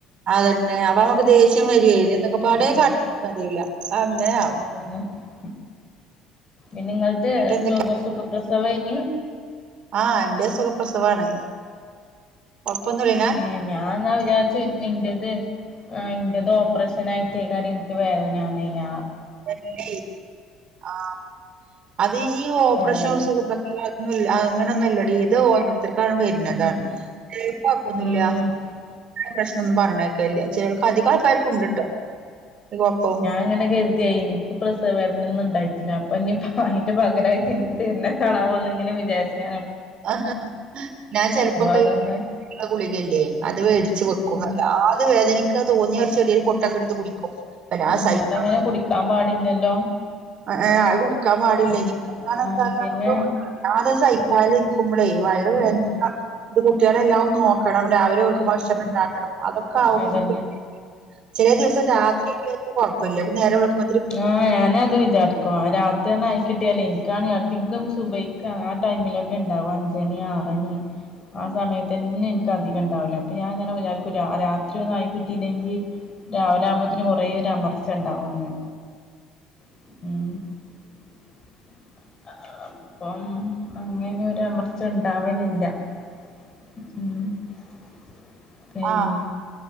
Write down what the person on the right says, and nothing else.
അതന്നെ അപ്പൊ നമുക്ക് ദേഷ്യം വര എന്നൊക്കെ പടയേ
കാട്ടന്ന് അറിയില്ല അങ്ങനെയ ആകും
എന്നിട്ട് എന്തൊക്കെയ
ആഹ് എന്റെ സുഖ പ്രസവാണ് ഒപ്പം നുള്ളി
<unintelligible> ആഹ് അത് ഈ ഓപ്പറേഷൻ
<unintelligible> ന്നുല്ല അഹ് അങ്ങനെയൊന്നുമില്ലടി ഇത് ക്കാണ് വരുന്നത്
കുഴപ്പൊന്നുമില്ല
പ്രശ്നമൊന്നും പറഞ്ഞേക്കല്ല ശരിക്ക് അധികം ആൾക്കാർക്ക് ഉണ്ടിട്ടോ കൊപ്പം
ആഹ് ഞാൻ ചെിലപ്പോൊക്ക
ഗുളികല്ലേ അത് വേടിച്ച്
വെക്കും
അല്ലാതെ വേദനിക്കതോന്നിയ ഒരു ചെറിയപൊട്ടൊക്കെ എടുത്ത് കുടിക്കും വല്ലാതെ
സഹിക്കാൻ
ആഹ് കുടിക്കാൻ പാടില്ലനിക്ക്
എന്താണ വച്ചാലും
നമുക്ക് അത് സഹിക്കാതിരിക്കുമ്പോളേ വയറ് വേ
കുട്ടികളെല്ലാം നോ കാണം രാവിലെ അവർക്ക്
ഭക്ഷണം ഉണ്ടാക്കണം അതൊക്കെ ആകുമ്പോ
നമ്മു ചിലേദിവസം രാത്രി ഒക്കെ കുഴപ്പമല്ല നേരവെളുക്ക
ആഹ്